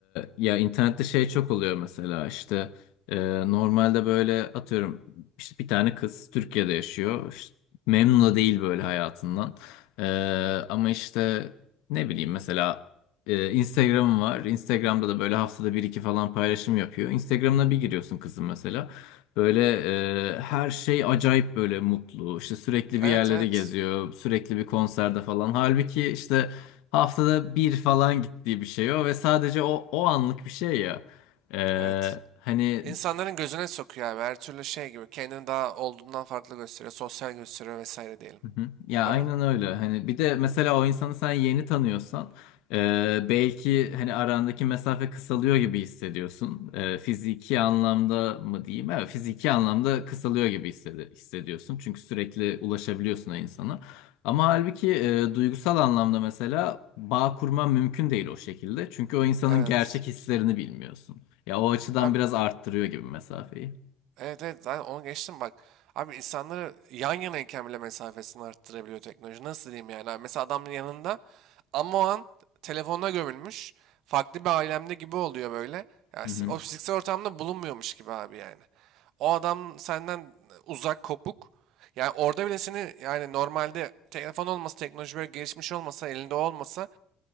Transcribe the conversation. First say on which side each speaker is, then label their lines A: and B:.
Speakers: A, on the left; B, on the right.
A: ya internette şey çok oluyor mesela işte e, normalde böyle atıyorum işte bir tane kız Türkiye'de yaşıyor. İşte memnun da değil böyle hayatından. E, ama işte ne bileyim mesela e, Instagram'ım var. Instagram'da da böyle haftada bir iki falan paylaşım yapıyor. Instagram'ına bir giriyorsun kızın mesela. Böyle e, her şey acayip böyle mutlu. İşte sürekli
B: Evet
A: bir yerleri
B: evet.
A: geziyor. Sürekli bir konserde falan. Halbuki işte haftada bir falan gittiği bir şey o ve sadece o, o anlık bir şey ya. E,
B: Evet.
A: hani
B: İnsanların gözüne sokuyor abi. Her türlü şey gibi. Kendini daha olduğundan farklı gösteriyor. Sosyal gösteriyor vesaire diyelim.
A: Hı hı. Ya
B: Değil
A: aynen
B: mi?
A: öyle. Hani bir de mesela o insanı sen yeni tanıyorsan e, belki hani arandaki mesafe kısalıyor gibi hissediyorsun. E, fiziki anlamda mı diyeyim? Evet, fiziki anlamda kısalıyor gibi hissedi hissediyorsun. Çünkü sürekli ulaşabiliyorsun o insana. Ama halbuki e, duygusal anlamda mesela bağ kurman mümkün değil o şekilde. Çünkü o insanın
B: Evet.
A: gerçek hislerini bilmiyorsun. Ya o açıdan
B: Abi
A: biraz arttırıyor gibi mesafeyi.
B: Evet evet zaten onu geçtim bak. Abi insanları yan yanayken bile mesafesini arttırabiliyor teknoloji. Nasıl diyeyim yani? Abi mesela adamın yanında ama o an telefonuna gömülmüş. Farklı bir alemde gibi oluyor böyle. Yani
A: Hı hı.
B: si- o fiziksel ortamda bulunmuyormuş gibi abi yani. O adam senden uzak, kopuk. Yani orada bile seni yani normalde telefon olmasa, teknoloji böyle gelişmiş olmasa, elinde olmasa